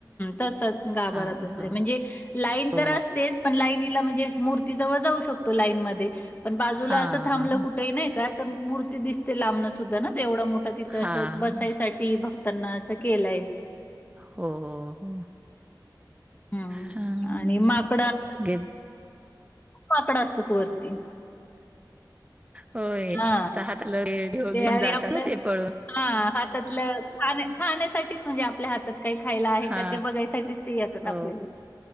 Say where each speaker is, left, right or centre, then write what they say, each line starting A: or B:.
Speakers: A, on the left; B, on the right.
A: तस गाभरा
B: हां,
A: तस
B: हां.
A: आहे म्हणजे लाईन
B: हो.
A: तर असतेच पण ला ला म्हणजे मूर्तीजवळ जाऊ शकतो लाईन म पण बाजूला
B: हां,
A: असं थांबलं कुठेही नाही का तर मूर् दिसते लांबणं सुद्धा ना ते एवढं मोठं तिथं
B: हां.
A: असं बसायसाठी भक्तांना असं केलंय
B: हो हो हो
A: हम्म
B: हां.
A: आणि माकडंप
B: गे
A: माकडं असतात पवर्ती
B: होय
A: हा
B: हाताला घेऊ
A: ते
B: घेऊन
A: आणि
B: जातात
A: आपलं
B: ना ते पळून
A: हा हातातलं खाान खाण्यासाठीच म्हणजे आपल्या हातात काही खायला आहे
B: हा
A: का ते बघायसाठीच ते येतात
B: हो
A: आपल्याला